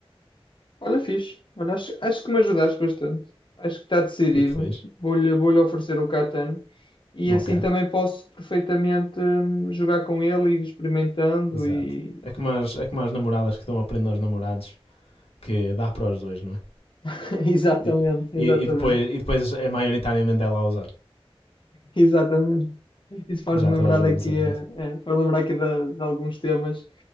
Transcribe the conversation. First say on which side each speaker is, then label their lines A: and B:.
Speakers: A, on the left (about 55°); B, on the left (about 70°).
A: Olha, fixe. Olha, acho, acho que me ajudaste bastante. Acho que está decidido.
B: Fico feliz.
A: Vou-lhe vou-lhe oferecer o Catan e
B: Ok,
A: assim também posso perfeitamente hum, jogar com ele e ir experimentando
B: exato.
A: e...
B: É como as, é como as namoradas que estão a prender aos namorados, que dá para os dois, não é?
A: <laughs> Exatamente,
B: E,
A: exatamente,
B: e- e depois, e depois é maioritariamente ela a usar.
A: exatamente. Isso faz-me
B: Já
A: lembrar
B: toda a gente
A: aqui,
B: passa por
A: eh,
B: isso.
A: eh, faz-me lembrar aqui de, de alguns temas,